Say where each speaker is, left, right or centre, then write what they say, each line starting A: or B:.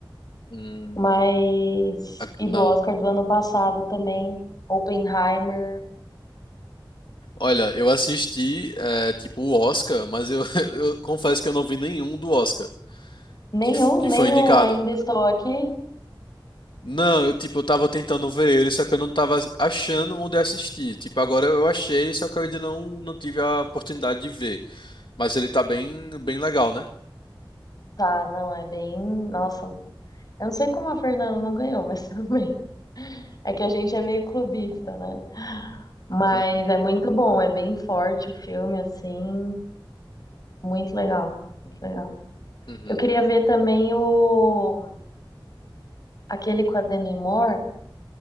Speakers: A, on the left; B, on the left.
A: Hum,
B: mas.
A: a-
B: E
A: não.
B: do Oscar do ano passado também. Oppenheimer.
A: Olha, eu assisti, é, tipo, o Oscar, mas eu, <laughs> eu confesso que eu não vi nenhum do Oscar
B: Nenhum,
A: que, fo- que
B: nem
A: foi indicado.
B: o Ainda Estou Aqui.
A: Não, eu tipo, eu tava tentando ver ele, só que eu não tava achando onde assistir. Tipo, agora eu achei, só que eu ainda não, não tive a oportunidade de ver. Mas ele tá bem, bem legal, né?
B: Tá, não, é bem. Nossa, eu não sei como a Fernanda não ganhou, mas <laughs> tudo bem. É que a gente é meio clubista, né? Mas
A: Uhum,
B: é muito bom, é bem forte o filme, assim. Muito legal, muito legal.
A: uhum.
B: Eu queria ver também o aquele com a Demi Moore,